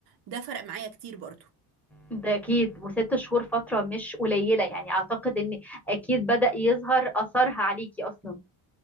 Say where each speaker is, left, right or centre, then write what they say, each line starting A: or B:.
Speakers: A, on the right; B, in the centre.
A: ده فرق معايا كتير برضو
B: ده اكيد وست شهور فتره مش قليله يعني اعتقد ان اكيد بدأ يظهر اثرها عليكي اصلا